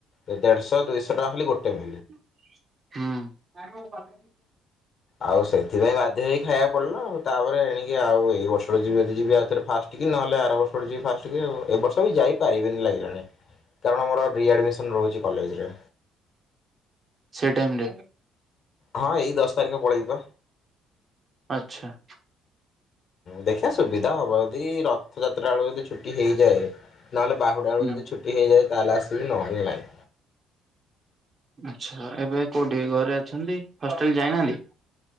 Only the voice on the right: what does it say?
ହୁଁ।
ସେଇ ଟାଇମରେ,
ଆଚ୍ଛା।
ହୁଁ
ଆଚ୍ଛା। ଏବେ କୋଉଠି ଘରେ ଅଛନ୍ତି ହଷ୍ଟେଲ ଯାଇନାହାନ୍ତି?